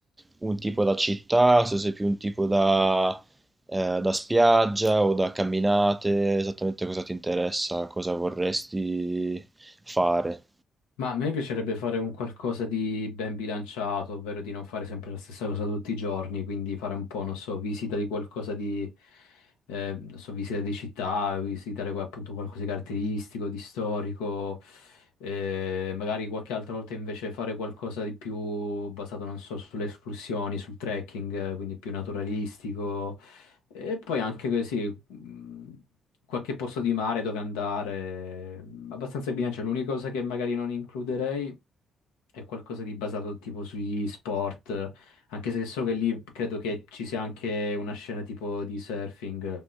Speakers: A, on the right; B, on the left.
A: un tipo da città, se sei più un tipo da, eh, da spiaggia o da camminate, esattamente cosa ti interessa, cosa vorresti fare.
B: Ma a me piacerebbe fare un qualcosa di ben bilanciato, ovvero di non fare sempre la stessa cosa tutti i giorni, quindi fare un po', non so, visita di qualcosa di, eh, non so, visita di città, visitare qua- appunto qualcosa di caratteristico, di storico, eh, magari qualche altra volta invece fare qualcosa di più basato, non so, sulle escursioni, sul trekking, eh, quindi più naturalistico. E poi anche così mh, qualche posto di mare dove andare, mh, abbastanza in bilancia. L'unica cosa che magari non includerei è qualcosa di basato tipo sugli sport, anche se so che lì credo che ci sia anche una scena tipo di surfing,